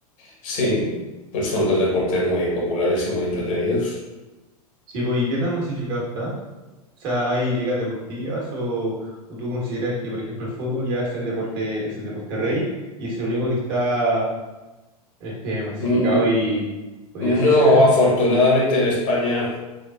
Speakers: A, on the left; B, on the right.
A: Sí, pues son dos deportes muy populares y muy entretenidos.
B: Sí, pues, ¿y qué tan masificado está? sea, hay ligas deportivas o, o tú consideras que, por ejemplo, el fútbol ya es el deporte, es el deporte rey y es el único que está este, masificado
A: Mm, mm,
B: y podría
A: No,
B: decirse,
A: afortunadamente en España.